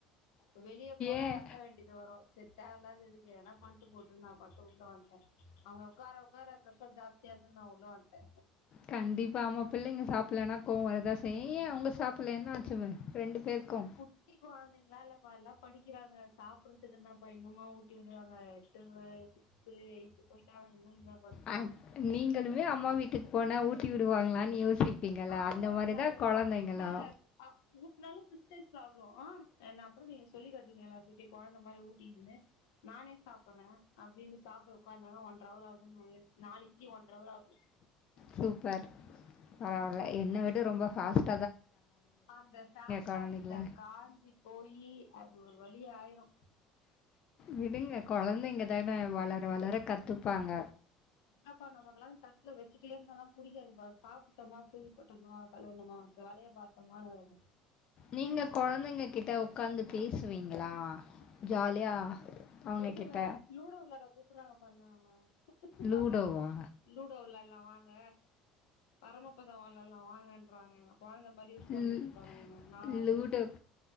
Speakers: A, on the left; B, on the left.
A: வெளியே போனா
B: ஏன்?
A: கத்த வேண்டி டியது வரோ செட் ஆவ்லாதது எதுக்கு எனா பண்ட்டு போட்டுன்ட்டு நா பாட்டு வுட் உள்ள வந்ட்டே அங்க ஒக்கார ஒக்கார ப்ரெஷர் ஜாஸ்தியாதுனு நா உள்ள வந்ட்டே
B: கண்டிப்பா ஆமா பிள்ளைங்க சாப்புலன்னா கோவோ வரதா செய்யு ஏ அவுங்க சாப்புட்ல என்ன ஆச்சு ரெண்டு பேருக்கோ
A: குட்டி கொழந்தைங்கல்லா இல்லப்பா எல்லா படிக்கிறாங்க சாப்புடறதுக்கென்னப்பா இன்னுமா ஊட்டி விடுவாங்க இதுங்க சிக்ஸ்து எய்த்து போயிட்டாங் இன்னு என்னப்
B: ஆ நீங்களுமே அம்மா வீட் ட்டுக்கு போனா ஊட்டி விடுவாங்களான்னு யோசிப்பீங்கலே
A: ஆமா
B: அந்த மாதிரிதா
A: நல்லா
B: கொழந்தைங்களோ
A: ஊட்னாங்க அ ஊட்னாலு ப்ரெஸ்டேஜ் பராப்ளம் அ என்ன அப்புறோ நீங்க சொல்லி காட்டுவீங்க எல்லாரு கிட்டயு கொழந்த மாரி ஊட்டிக்கிதுன்னு நானே சாப்புடுறே அப்டீன்னு சாப்புட ஒக்காந்தானா ஒன்ற அவரு ஆகோ அவ எழுந்துக்க நாள் இட்லி ஒன்ற அவரு ஆவுது
B: சூப்பர் பரவால்ல என்ன விட ரொம்ப ஃபாஸ்ட்
A: அந்த ஃபேன்
B: குழந்தைங்கள?
A: காத்துல காஞ்சி போயி அது ஒரு வழி ஆயிரோ
B: விடுங்க கொழந்தைங்க தானே வளர வளர கத்துப்பாங்க
A: என்னப்பா நமக்கெல்லா தட்டுல வெச்சுட்டே இருந்தால்லா புடிக்காதுப்பா சாப்பிட்டோமா தூக்கிப்போட்டமா கழுவுணோமா மத்த வேலய பாத்தோமான்னு இருக்கனோ
B: நீங்க கொழந்தைங்க கிட்ட ஒக்காந்து பேசுவீங்களா ஜாலியா அவங்க
A: சொல்லுவே
B: கிட்ட?
A: லூடோ வெளாட கூப்புறாங்கப்பா என்ன அவுங்க
B: லூடோவா?
A: அந்த அளவுக் லூடோ வெளாட்லா வாங்க பரமப்பதோ வெளாட்லா வாங்கன் கூப்புறாங்கங்க கொழந்த மாரி யூஸ் பண்ணிட்டு
B: ல்
A: இருப்பாங்க இவுங்க நா வர்லனிடுவ
B: லூடோ